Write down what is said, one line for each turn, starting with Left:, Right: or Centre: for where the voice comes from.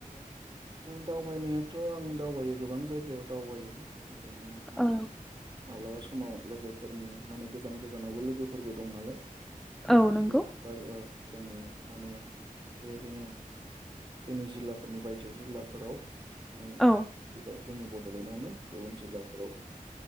Right: दावबायनायाथ' आं दावबायो गोबां जायगायाव दावबायो। ओरैनो माने
Centre: औ
Right: माब्लाबा समाव लोगोफोरनि माने गोजान गोजानावबो लोगोफोरबो दं नालाय।
Centre: औ
Right: एसे
Centre: नंगौ
Right: बायो औ जोंनि माने बेबायदिनो जोंनि जिल्लाफोरनि बायजो जिल्लाफोराव माने
Centre: औ
Right: जेनेबा जोंनि बड'लेण्डआवनो गुबुन जिल्लाफोराव